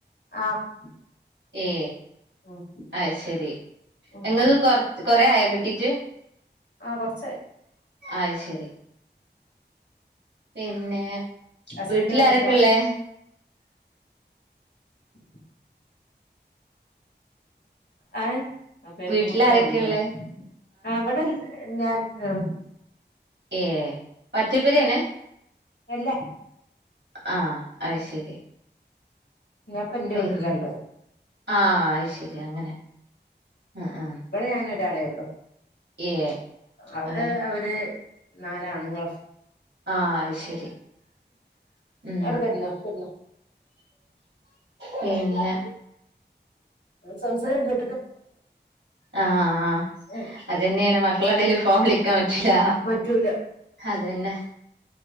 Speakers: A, on the left (about 80°); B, on the right (about 80°).
A: ആഹ്
B: ഏ.
A: ഉം
B: അയ്ശരി.
A: ഉം
B: എങ്ങക്ക് കൊർ കൊറേ ആയോ കിട്ടീട്ട്?
A: ആഹ്. കൊർച്ചായി.
B: അയ് ശരി. പിന്നെ
A: ഹസ്ബൻഡ്
B: വീട്ടിൽ
A: ഇവിടെണ്ടോ
B: ആരൊക്കെള്ളേ
A: <inaudible> അഹ്. അപ്പഴേക്കും
B: വീട്ടിൽ
A: കുട്ടി
B: ആരൊക്കെ
A: ഒൺന്ന്.
B: ഉള്ളേ
A: ആ വടെ ഞാൻ ഉം
B: ഏഹ് ഒറ്റപ്പേര് തന്നെ
A: എല്ല
B: ആഹ് അയ് ശരി
A: ഞാപ്പം എന്റെ
B: പിന്നെ
A: വീട്ടിലാള്ളത്
B: ആഹ് അയ് ശരി അങ്ങനെ ആഹ് ആഹ്
A: ഇവിടെ ഞാനൊരാളേ ഉള്ളു
B: ഏ
A: അവിടെ
B: അതെ
A: അവര് നാലാണ്ങ്ങൾ
B: ആഹ്. അയ് ശരി. ഉം
A: അവിടെ കെടന്നോ കെടന്നോ
B: പിന്നെ?
A: സംസാരം കേ
B: ആഹ്
A: ഉം
B: അതന്നെയാണ് മക്കളൊണ്ടേല് ഫോം വിളി ക്കാ <unintelligible> റ്റ്ലാ
A: പറ്റൂല
B: അതന്നെ.